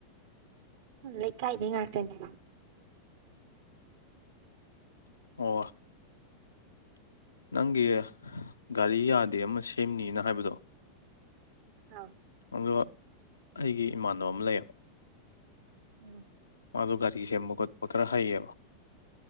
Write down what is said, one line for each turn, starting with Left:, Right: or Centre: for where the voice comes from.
Right: ꯂꯩꯀꯥꯏꯗꯩꯩ ꯉꯥꯠꯇꯅꯦ
Left: ꯑꯣ ꯅꯪꯒꯤ ꯒꯥꯔꯤ ꯌꯥꯗꯦ ꯑꯃ ꯁꯦꯝꯅꯤꯅ ꯍꯥꯏꯕꯗꯣ
Right: ꯑꯧ
Left: ꯑꯗꯣ ꯑꯩꯒꯤ ꯏꯃꯥꯟꯅꯕ ꯑꯃ ꯂꯩꯌꯦꯕ
Right: ꯎꯝ
Left: ꯃꯥꯗꯣ ꯒꯥꯔꯤ ꯁꯦꯝꯕ ꯈꯣꯠꯄ ꯈꯔ ꯍꯩꯌꯦꯕ